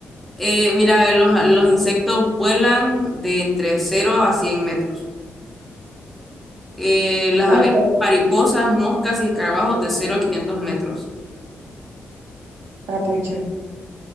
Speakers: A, in the centre; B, on the right.
A: eh, mira, eh, los, los insectos vuelan de entre cero a 100 metros. Eh, las
B: Bueno,
A: abejas,
B: pues,
A: mariposas, moscas y escarabajos de cero a 500 metros.
B: capucha.